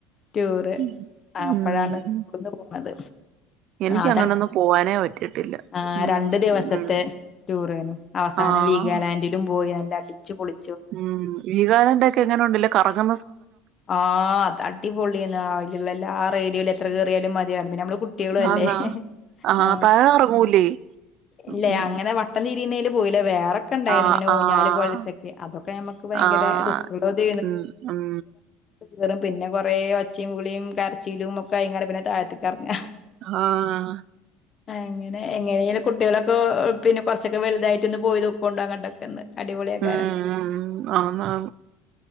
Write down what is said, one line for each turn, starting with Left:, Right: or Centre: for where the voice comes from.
Left: ടൂറ്
Right: ഉം
Left: അപ്പോഴാണ് സ്കൂന്ന് പോ അത
Right: എനിക്ക്
Left: അതങ്ങ
Right: അങ്ങനൊന്നും പോവാനേ പറ്റിയിട്ടില്ല
Left: ആ
Right: ഉം
Left: രണ്ടു ദിവസത്തെ
Right: ഉം
Left: ടൂറായിരുന്നു അവസാനം
Right: ആഹ്
Left: വീഗാലാൻഡിലും പോയി അടിച്ചു പൊളി
Right: ഉം വിഗാലാ‌ൻഡോക്കെ എങ്ങനെ ഉണ്ടല്ലേ കറങ്ങ
Left: ആ അടിപൊളിന്ന് ആവിടുലുള്ള എല്ലാ റൈഡിയില എത്ര കേയറിയാലും മതിയത്തില്ല പിന്നെ നമ്മള് കുട്ടികളും അല്ലേ
Right: ആന്നാ ആഹ്
Left: ആ
Right: താഴെ കറങ്ങൂലേ ഉം
Left: ഇല്ലെ അങ്ങനെ വട്ടം തീരിന്നേലും പോയില വേ ക്ക ഉണ്ടായിരുന്നു
Right: ആഹ്
Left: ഇങ്ങനെ ഊഞ്ഞാല്
Right: ആഹ്
Left: പോലത്തൊക്കെ അതൊക്കെ നമ്മക്ക് ഭയങ്കര
Right: ആഹ്
Left: റിസ്ക്കുള്ളുത്
Right: ഉം ഉം
Left: കറും പിന്നെ കൊറേ ഒച്ചയുംവിളിയും കരച്ചിലും കങ്ങ പിന്നെ താഴത്തിക്കറങ്ങ,
Right: ആഹ്
Left: എങ്ങനെ എങ്ങനെലും കുട്ടികളെ പിന്നെറച്ചൊക്കെ വലുതായിട്ടൊ പോയി നോക്കോണ്ടോങ്ങണ്ടൊക്കെന്ന് അടിപൊളിയ
Right: ഉം
Left: കാരം
Right: ഉം ആന്നാന്ന്